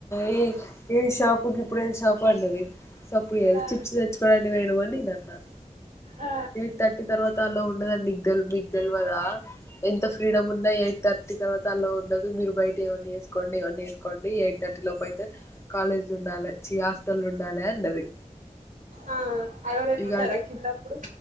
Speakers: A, on the left (about 20°); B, on the right (about 75°).
A: ఏ ఏ షాపుకి ఇప్పుడే సాపడుండది సప్పుయదు
B: ఆ
A: చిప్స్ తెచ్చుకోడానికి వేయ అని నేను అన్నాను
B: ఆ
A: ఎయిట్ థర్టీ తర్వాత అల ఉ ఉిికు తెలివదా ఎంత ఫ్రీడమ్ ఉన్నా ఎయిట్ థర్టీ తర్వాత అలా ఉండదు మీరు బయట ఏవన్నన్నా వసుకోండి ఏవన్న వేసుకోండి ఎయిట్ థర్టీ లోపు అయితే కాలేజీ ఉండాలి చి హస్టల్ ఉండాలి అండది
B: ఆ ఎవరైనా
A: ఇగా
B: ఉన్నారా కిందప్పుడు